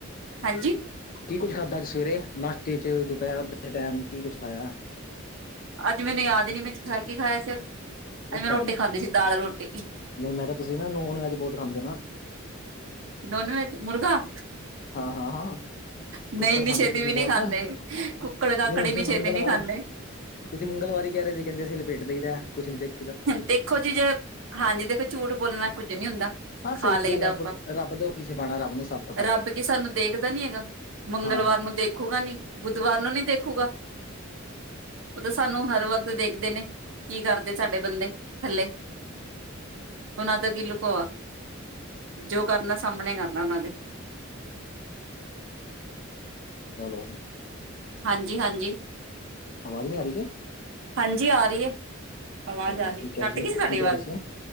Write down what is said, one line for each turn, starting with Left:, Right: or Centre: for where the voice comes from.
Left: <inaudible>
Right: ਹਾਂਜੀ
Left: ਕੀ ਕੁੱਝ ਖਾਧਾ ਅੱਜ ਸਵੇਰੇ ਨਾਸ਼ਤੇ ਚ ਦੁਪਹਿਰ ਦੇ ਟਾਈਮ ਕੀ ਕੁੱਝ ਖਾਇਆ?
Right: ਅੱਜ ਮੈਨੂੰ ਯਾਦ ਹੀ ਨੀ ਮੈਂ ਖਾ ਕੀ ਖਾਇਆ ਸੀ, ਅੱਜ
Left: ਉਹ
Right: ਮੈਂ
Left: ਤਾਰੀ
Right: ਰੋਟੀ ਖਾਧੀ ਸੀ ਦਾਲ-ਰੋਟੀ ਕੀ
Left: ਨਹੀਂ ਮੈਂ ਕਿਹਾ ਤੁਸੀਂ ਨਾ ਨੋਨਵੈਜ ਬਹੁਤ ਖਾਂਦੇ ਹੋ ਨਾ
Right: ਨੋਨ ਵੈਜ ਮੁੁਰਗਾ
Left: ਹਾਂ -ਹਾਂ, ਹਾਂ
Right: ਨਹੀਂ
Left: ਕੁੱਕੜ
Right: ਇੰਨੀ
Left: ਖਾਂਦੇ
Right: ਛੇਤੀ
Left: ਤੁਸੀਂ
Right: ਵੀ
Left: ਬਹੁਤ
Right: ਨਹੀਂ ਖਾਂਦੇ ਕੁੱਕੜ ਕਾਕੜ
Left: ਨਹੀਂ ਉਸਦੇ
Right: ਇੰਨੀ ਛੇਤੀ
Left: ਮੰਗਲਵਾਰੇ
Right: ਨਹੀਂ ਖਾਂਦੇ
Left: ਤੁਸੀਂ ਮੰਗਲਵਾਰ ਈ ਕਹਿ ਰਹੇ ਸੀ ਕਹਿੰਦੇ ਅਸੀਂ ਲਪੇਟ ਦਈ ਦਾ ਕੁਛ ਨ ਦੇਖ
Right: ਦੇਖੋ ਜੀ ਜੇ ਹਾਂਜੀ ਦੇਖੋ ਝੂਠ ਬੋਲਣਾ ਕੁੱਝ ਨਹੀਂ ਹੁੰਦਾ।
Left: ਹਾਂ
Right: ਖਾ
Left: ਸਹੀ
Right: ਲਈਦਾ
Left: ਗੱਲ ਐ
Right: ਆਪਾਂ
Left: ਰੱਬ ਤੋਂ ਕੀ ਛਪਾਣਾ ਰੱਬ ਨੂੰ ਸਭ ਪਤਾ
Right: ਰੱਬ
Left: ਵੇ
Right: ਕੀ ਸਾਨੂੰ ਦੇਖਦਾ ਨੀ ਹੈਗਾ ਮੰਗਲਵਾਰ
Left: ਹਾਂ
Right: ਨੂੰ ਦੇਖੂਗਾ ਨੀ, ਬੁੱਧਵਾਰ ਨੂੰ ਨੀ ਦੇਖੂਗਾ ਉਹ ਤਾਂ ਸਾਨੂੰ ਹਰ ਵਕਤ ਦੇਖਦੇ ਨੇ ਕੀ ਕਰਦੇ ਸਾਡੇ ਬੰਦੇ ਥੱਲੇ ਉਹਨਾਂ ਤੋਂ ਕੀ ਲੁਕੋ ਵਾ ਜੋ ਕਰਨਾ ਸਾਹਮਣੇ ਕਰਨਾ ਉਹਨਾਂ ਦੇ
Left: ਹੈਲੋ।
Right: ਹਾਂਜੀ, ਹਾਂਜੀ।
Left: ਆਵਾਜ਼ ਨਹੀਂ ਆ ਰਹੀ ਕਿ?
Right: ਹਾਂਜੀ ਆ ਰਹੀ ਐ ਆਵਾਜ਼
Left: ਹਾਂ
Right: ਆ ਰਹੀ
Left: ਕੀ ਕਹਿ
Right: ਕੱਟ
Left: ਰਹੇ
Right: ਗਈ ਸੀ ਸਾਡੀ
Left: ਕੀ ਕਹਿ
Right: ਆਵਾਜ਼
Left: ਰਹੇ ਸੀ